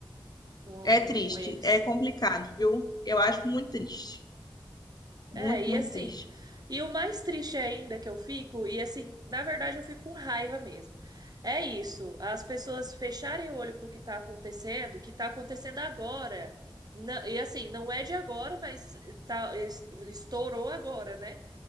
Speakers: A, on the right; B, on the left.
A: com,
B: É triste,
A: com eles.
B: é complicado, viu? Eu acho muito triste. Muito,
A: É, e
B: muito
A: assim,
B: triste.
A: e o mais triste ainda que eu fico, e assim, na verdade eu fico com raiva mesmo. É isso, as pessoas fecharem o olho pro que tá acontecendo, que tá acontecendo agora. Na- e assim, não é de agora, mas tá, es- estourou agora, né?